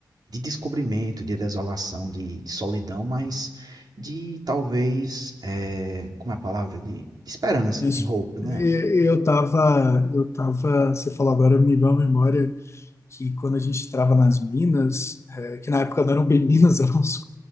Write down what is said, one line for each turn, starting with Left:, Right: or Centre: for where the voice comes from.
Right: de descobrimento, de desolação, de, de solidão, mas de talvez, é, como é a palavra? De, de esperança,
Left: Isso.
Right: de hope, né?
Left: E- Eu tava, eu tava, você falou agora, me veio à memória que quando a gente trava nas minas, é, que na época não eram bem minas, <laughs> eram uns